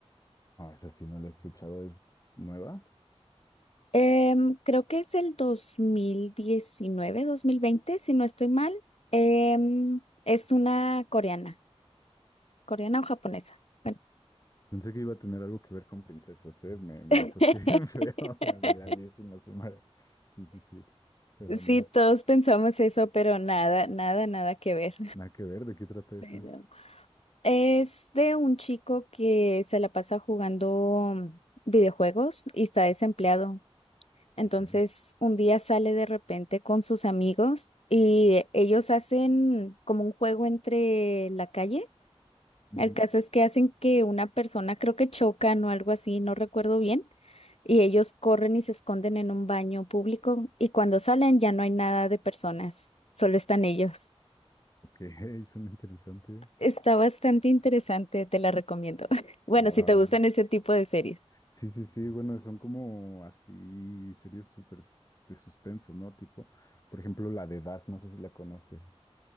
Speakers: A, on the left; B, on the left.
A: Ah, esa sí no la he escuchado, ¿es nueva?
B: Em, creo que es el dos dos mil diecinueve, dos mil veinte, si no estoy mal. Em, es una coreana. ¿Coreana o japonesa? Bueno.
A: Pensé que iba a tener algo que ver con princesas, ¿eh? Me, me
B: <laughs>
A: disocié <laughs> bien feo de Alice en la sombra. Sí, sí, sí. Pero
B: Sí,
A: no.
B: todos pensamos eso, pero nada, nada, nada que ver.
A: Nada que ver, ¿de qué trata esa?
B: Pero Es de un chico que se la pasa jugando mm, videojuegos y está desempleado. Entonces,
A: Ok.
B: un día sale de repente con sus amigos y ellos hacen como un juego entre la calle.
A: Ujú.
B: El caso es que hacen que una persona, creo que chocan o algo así, no recuerdo bien, y ellos corren y se esconden en un baño público y cuando salen ya no hay nada de personas, solo están ellos.
A: Ok, <laughs> suena interesante.
B: Está bastante interesante, te la recomiendo. <laughs> Bueno,
A: Va.
B: si te gustan
A: va.
B: ese tipo de series.
A: Sí, sí, sí. Bueno, son como así series súper sus- de suspenso, ¿no? Tipo, por ejemplo, la de Dark, no sé si la conoces.